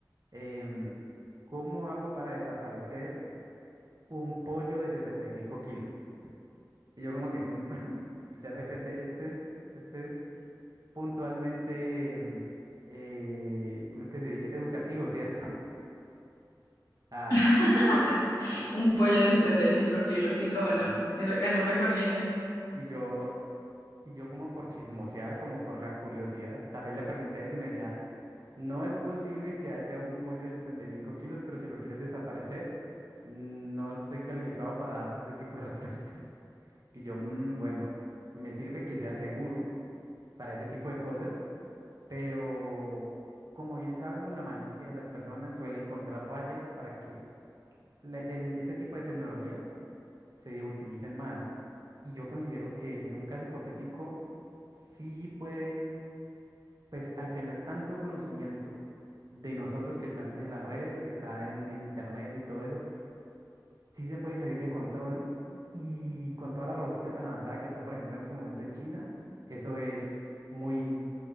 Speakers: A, on the right; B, on the left.
A: Em, ¿cómo hago para desaparecer? un pollo de 75 kilos. Y yo como que, mm, <laughs> y ChatGPT, esto es, esto es puntualmente, mm, eh, ¿cómo es que se dice? Educativo, ¿cierto? <laughs> Ah,
B: <laughs> Un pollo de 75 kilos, sí, cómo no.
A: ujú.
B: Y re- Ganó un récord Guinness.
A: Y yo, y yo como por chismosear, como por la curiosidad, tal vez le pregunté eso y me decía, no es posible que haya un pollo de 75 kilos, pero si lo quieres desaparecer, no estoy calificado para darte ese tipo de <laughs> respuestas. Y yo, "Mm, bueno, me sirve que sea seguro para ese tipo de cosas, Pero como bien sabemos, la malicia de las personas suele encontrar fallas para que la- el- este tipo de tecnologías se utilicen mal. Y yo considero que en un caso hipotético, sí pueden, pues al tener tanto conocimiento de nosotros que están en las redes, está en, en internet y todo eso, sí se puede salir de control y con toda la robótica tan avanzada que está, por ejemplo, en este momento en China, eso es muy,